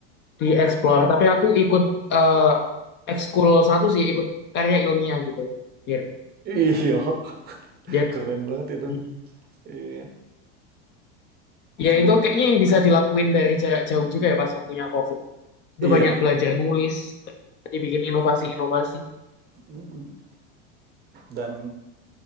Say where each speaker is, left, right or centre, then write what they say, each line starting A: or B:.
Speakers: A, on the left; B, on the right.
A: dieksplor, tapi aku ikut eh ekskul satu sih, ikut karya ilmiah gitu. Iya.
B: Iya, <laughs>
A: Jadi
B: keren banget itu.
A: mm.
B: Iya.
A: ya
B: Itu-
A: itu kayaknya yang bisa dilakuin dari jarak jauh juga ya pas waktunya COVID. Itu
B: Iya.
A: banyak belajar nulis, dibikin inovasi-inovasi.
B: Mm-mm. Dan